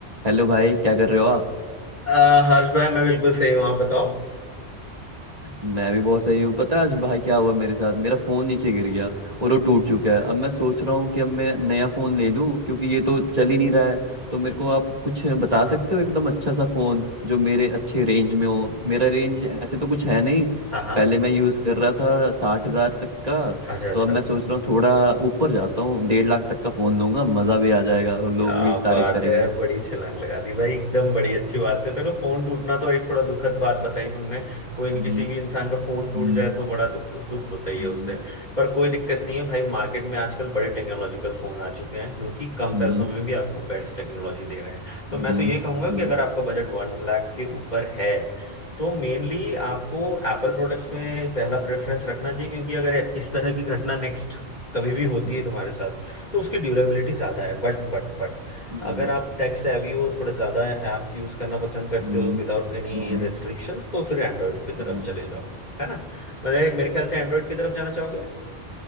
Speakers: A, on the right; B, on the left.
A: Hello भाई क्या कर रहे हो आप
B: अ, हर्ष भाई मैं बिल्कुल सही हूँ आप बताओ
A: मैं भी बहुत सही हूँ पता है आज भाई क्या हुआ मेरे साथ मेरा फ़ोन नीचे गिर गया और वो टूट चुका है अब मैं सोच रहा हूँ कि अब मैं नया फ़ोन ले लूँ क्योंकि ये तो चल ही नहीं रहा है तो मेरे को आप कुछ बता
B: हाँ हाँ
A: सकते हो एकदम अच्छा सा फ़ोन जो मेरे अच्छे रेंज में हो
B: भाई,
A: मेरा रेंज ऐसे तो कुछ है नहीं
B: हाँ हाँ
A: पहले मैं यूज़ कर रहा था साठ हज़ार तक का
B: अच्छा अच्छा
A: तो अब मैं सोच रहा हूँ थोड़ा ऊपर जाता हूँ डेढ़ लाख तक का फ़ोन लूंगा मज़ा भी आ जाएगा और लोग
B: क्या
A: भी तारीफ़
B: बात
A: करेंगे
B: है बड़ी छलांग लगा दी भाई एकदम बड़ी अच्छी बात है देखो फोन टूटना तो एक थोड़ा दुखद बात बताई तुमने कोई न
A: हम्म
B: किसी भी इंसान का फोन टूट
A: हम्म
B: जाए तो बड़ा दुख दुख होता ही है
A: हम्म
B: उसे पर कोई दिक्कत नहीं है भाई मार्केट में आजकल बड़े टेक्नोलॉजिकल फोन आ चुके हैं जो कि कम
A: हम्म
B: पैसों में भी आपको बेस्ट टेक्नोलॉजी दे रहे हैं तो
A: हम्म
B: मैं तो ये कहूंगा
A: हम्म
B: कि अगर आपका बजट वन लाख के ऊपर है तो मेनली आपको एप्पल प्रोडक्ट्स में पहला प्रेफरेंस रखना चाहिए क्योंकि अगर इस तरह की घटना नेक्स्ट कभी भी होती
A: हम्म,
B: है तुम्हारे साथ तो उसकी ड्यूरेबिलिटी ज़्यादा है बट बट बट
A: हम्म,
B: अगर
A: हाँ,
B: आप टेक सेवी हो थोड़े ज़्यादा ऐप्स यूज़ करना पसंद करते
A: हम्म
B: हो विदाउट एनी
A: हम्म,
B: रेस्ट्रिक्शंस तो फिर एंड्रॉयड की तरफ
A: हाँ,
B: चले जाओ है ना मेरे मेरे ख्याल से एंड्रॉयड की तरफ जाना चाहोगे